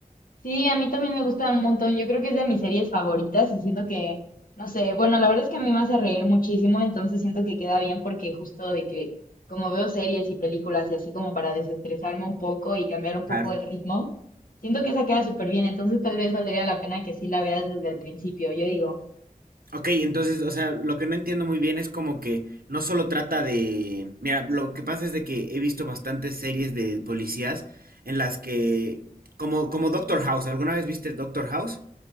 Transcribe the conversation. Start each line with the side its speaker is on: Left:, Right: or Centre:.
Left: Sí, a mí también me gusta un montón. Yo creo que es de mis series favoritas y siento que, no sé, bueno, la verdad es que a mí me hace reír muchísimo, entonces siento que queda bien porque justo de que como veo series y películas y así como para desestresarme un poco y cambiar un poco
Right: Claro.
Left: el ritmo, siento que esa queda súper bien, entonces tal vez valdría la pena que sí la veas desde el principio, yo digo.
Right: Ok, entonces, o sea, lo que no entiendo muy bien es como que no solo trata de... Mira, lo que pasa es de que he visto bastantes series de policías en las que... Como, como Doctor House, ¿alguna vez viste Doctor House?